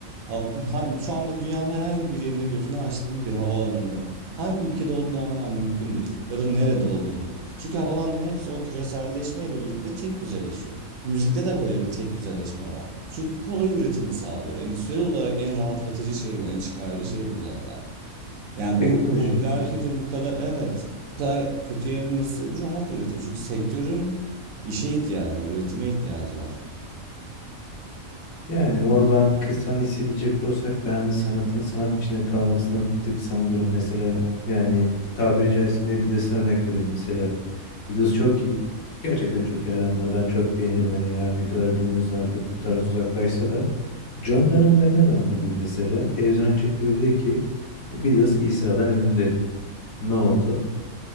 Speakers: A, on the right (about 80°); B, on the left (about 85°).
A: hav- ha- şu anda dünyanın herhangi bir yerinde gözünü açtığın bir havaalanında hangi ülkede olduğunu anlaman mümkün değil. Ya da nerede olduğunu. Çünkü havalanların hepsi o küreselleşmeyle birlikte tek düzeleşiyor. Müzikte de böyle bir tek düzeleşme var. Çünkü kolay üretimi sağlıyor. Endüstriyel olarak en rahatlatıcı şey bu, en çıkarcı şey bu zaten. Yani
B: Teknoloji.
A: bu popüler
B: işte.
A: kültür bu kadar evet. Bu kadar kötüye evrilmesi sebebi rahat üretim. Çünkü sektörün işe ihtiyacı var, üretime ihtiyacı var.
B: Yani oradan kısan hissedecek olsak ben sanatın sanat içinde kalmasını bir tık savunurum. Mesela yani tabiri caizse yine Beatles'a örnek verelim mesela. Beatles çok iyi. Gerçekten çok iyi hayranları. Ben çok beğenirim. Hani her ne kadar günümüzde artık bu tarz uzaklaşsa da John Lennon neden öldürüldü mesela? Televizyona çıktı ve dedi ki "E, Beatles İsa'dan ünlü dedi. Ne oldu?